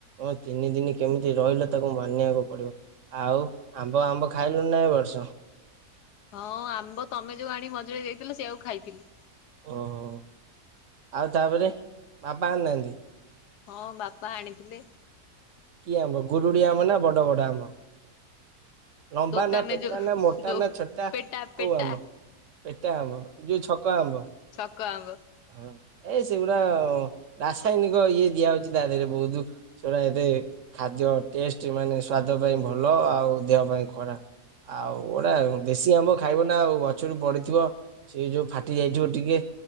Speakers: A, on the right; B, on the left.
A: ଏ ତିନି ଦିନି କେମିତି ରହିଲେ ତାକୁ ମାନିବାକୁ ପଡିବ। ଆଉ ଆମ୍ବ ଆମ୍ବ ଖାଇଲୁଣି ନା ଏ ବର୍ଷ।
B: ହଁ ଆମ୍ବ ତମେ ଯୋଉ ଆଣି ମଝିରେ ଦେଇଥିଲ ସେଇଆକୁ ଖାଇଥିଲି।
A: ଓହୋ ଆଉ ତାପରେ ବାପା ଆଣି ନାହାଁନ୍ତି।
B: ହଁ ବାପା ଆଣିଥିଲେ।
A: କି ଆମ୍ବ ଗୁରୁଡି ଆମ୍ବ ନା ବଡ ବଡ ଆମ୍ବ। ଲାମ୍ବା
B: ଦୋକାନରେ
A: ନା ପେଟା
B: ଯୋଉ
A: ନା ମୋଟା
B: ଦୋ
A: ନା ଛୋଟା
B: ପେଟା
A: କୋଉ
B: ପେଟା
A: ଆମ୍ବ। ପେଟା ଆମ୍ବ ଏ ଯୋଉ ଛକ ଆମ୍ବ।
B: ଛକ ଆମ୍ବ
A: ହଁ ଏ ସେଗୁଡା ରାସାୟନିକ ଇଏ ଦିଆ ହୋଉଛି ତା ଦେହରେ ବହୁତ୍। ସେଟା ଏତେ ଖାଦ୍ୟ ଟେଷ୍ଟ ମାନେ ସ୍ଵାଦ ପାଇଁ ଭଲ ଆଉ ଦେହ ପାଇଁ ଖରାପ। ଆଉ ଗୋଟେ ଦେଶୀ ଆମ୍ବ ଖାଇବ ନା ଆଉ ଗଛରୁୁ ପଡିିଥିବ। ସିଏ ଯୋଉ ଫାଟି ଯାଇଥିବ ଟିକେ